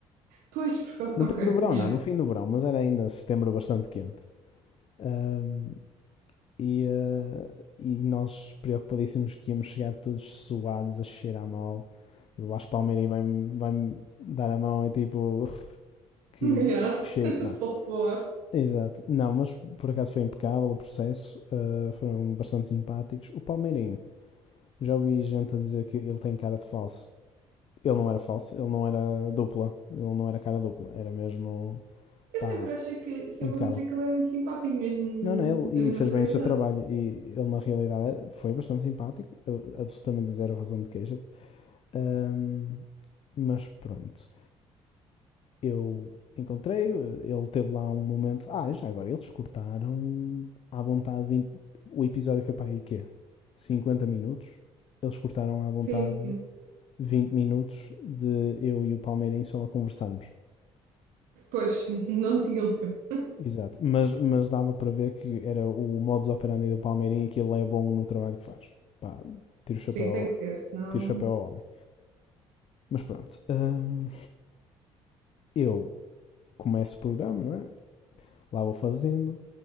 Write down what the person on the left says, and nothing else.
No pico
do verão,
não, no fim do verão, mas era ainda setembro bastante quente. Ahm, e, ah, e nós preocupadíssimos que íamos chegar todos suados, a cheirar mal. Tipo, o Vasco Palmeirim vai-me vai-me dar a mão e tipo, que,
que cheiro.
Não.
Exato. Não, mas por acaso foi impecável o processo. ah, foram bastante simpáticos. O Palmeirim, já ouvi gente a dizer que ele tem cara de falso. Ele não era falso, ele não era dupla. Ele não era cara dupla. Era mesmo,
pá,
impecável.
Não, não, ele
e fez
bem o seu trabalho. E ele, na realidade, era- foi bastante simpático, a- absolutamente zero razão de queixa. Ahm, mas pronto, eu encontrei, ele teve lá um momento. Ah, já agora, eles cortaram à vontade vinte O episódio foi para aí quê? 50 minutos. Eles cortaram à vontade
20 minutos de eu e o Palmeirense só a conversarmos.
Exato, mas, mas dava para ver que era o modus operandi do Palmeirinho e que ele é bom no trabalho que faz. Pá, tiro o chapéu,
ao-
tiro o chapéu ao homem. Mas pronto, hum, eu começo o programa, não é? Lá vou fazendo,